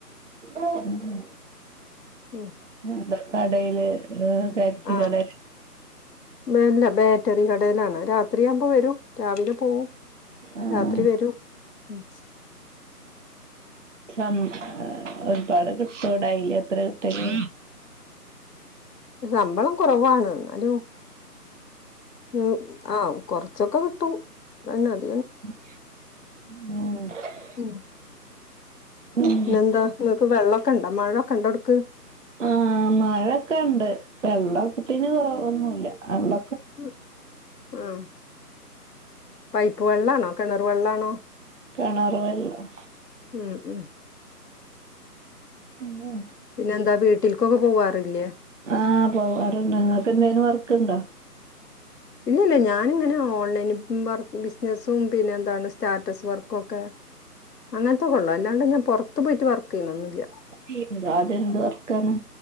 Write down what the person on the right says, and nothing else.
ഉം ഉം
അതെ കടയില് ഏഹ് ഫാൻസി
കടേല്.
ആഹ്
ഉം ആഹ് ഒരുപാട് കിട്ടോ ഡെയിലി എത്രേ കിട്ടല്?
ഉം
മ്മ്ഹ്..
ആഹ് മഴെക്കെണ്ട് വെള്ളത്തിന് കൊറവൊന്നുല്ല വെള്ള
കെണറ് വെള്ളം.
ഇല്ലേ?
ആഹ് പോവാറുണ്ട് ഇങ്ങക്ക് എന്തേലും വർക്ക്ണ്ടോ?
<unintelligible> അതെന്ത് വർക്കാണ്?